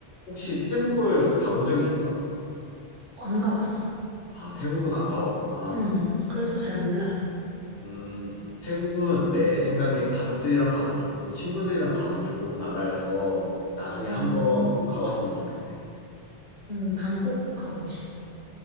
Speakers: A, on the left; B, on the right.
A: 혹시
B: 응,
A: 태국을 가본 적이 있어?
B: 안 가봤어.
A: 아, 태국은 안 가봤구나.
B: 응, 그래서 잘 몰랐어.
A: 음, 태국은 내 생각에 가족들이랑 가도 좋고 친구들이랑 가도 좋은 나라여서 나중에
B: 어,
A: 한번 꼭 가봤으면 좋겠네.
B: 응, 방콕 꼭 가보고 싶어.